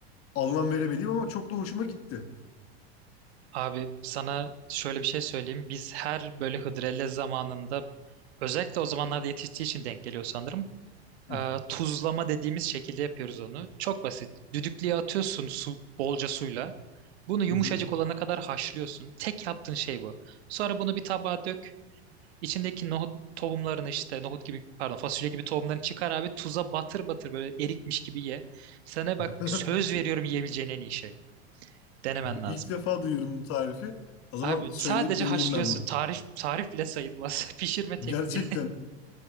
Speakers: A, on the left (about 45°); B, on the right (about 70°).
A: anlam veremediğim ama çok da hoşuma gitti.
B: Abi sana şöyle bir şey söyleyeyim. Biz her böyle hıdrellez zamanında özellikle o zamanlarda yetiştiği için denk geliyor sanırım
A: Hı
B: Ee, tuzlama dediğimiz şekilde yapıyoruz onu. Çok basit. Düdüklüye atıyorsun su, bolca suyla. Bunu yumuşacık
A: hı.
B: olana kadar haşlıyorsun. Tek yaptığın şey bu. Sonra bunu bir tabağa dök. İçindeki nohut tohumlarını işte nohut gibi pardon fasulye gibi tohumlarını çıkar abi tuza batır batır böyle erikmiş gibi ye. Sana bak
A: hı.
B: söz
A: <laughs>
B: veriyorum yiyebileceğin en iyi şey. Denemen lazım.
A: İlk defa duyuyorum bu tarifi. O zaman
B: Abi
A: söyleyip
B: sadece
A: deneyeyim
B: haşlıyorsun.
A: ben bunu.
B: Tarif tarif bile sayılmaz. <laughs> Pişirme tekniği.
A: Gerçekten.